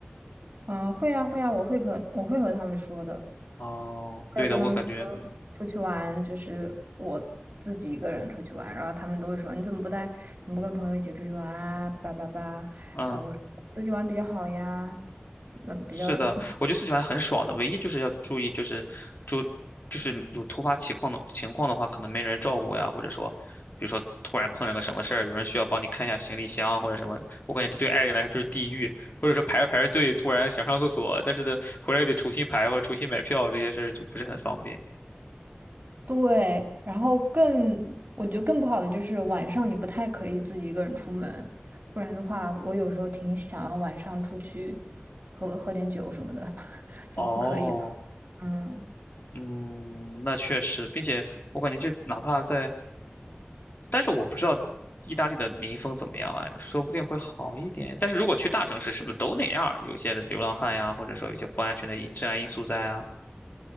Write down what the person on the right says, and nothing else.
嗯、会啊会啊，我会和我会和他们说的。
我有跟他们说出去玩，
就是我自己一个人出去玩，然后他们都会说你怎么不带，怎么不跟朋友一起出去玩啊？巴拉巴拉，
然后我说自己玩比较好呀，嗯，比较
对。然后更我觉得更不好的就是晚上你不太可以自己一个人出门，不然的话，我有时候挺想要晚上出去喝喝点酒什么的，<laughs> 就不可以了。
嗯。